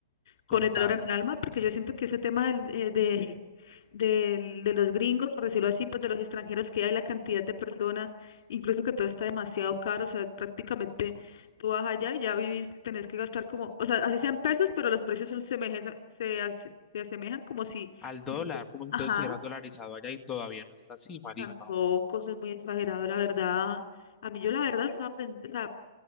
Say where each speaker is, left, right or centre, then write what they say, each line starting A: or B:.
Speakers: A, on the left; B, on the left.
A: con
B: total,
A: el dolor en el alma, porque yo siento que ese tema del, eh, de, del- de los gringos, por decirlo así, pues de los extranjeros que hay, la cantidad de personas, incluso que todo está demasiado caro, o sea, prácticamente tú vas allá y ya vivís, tenés que gastar como, o sea, así sean pesos, pero los precios son semejes- se, ase- se asemejan como si,
B: al dólar, como si
A: ajá,
B: todo estuviera dolarizado allá y todavía no está así, marica.
A: tampoco, eso es muy exagerado, la verdad. A mí yo la verdad, estaba pen- o sea,